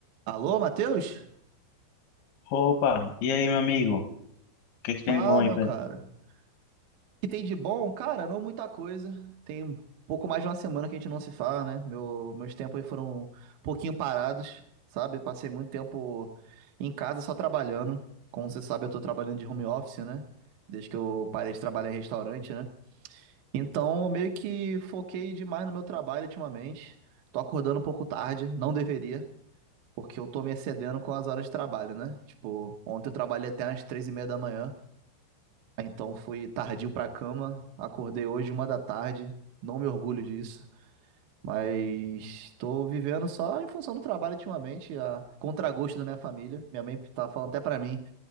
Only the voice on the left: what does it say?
Opa, e aí, meu amigo? O que que tem
de bom aí,
Pedro?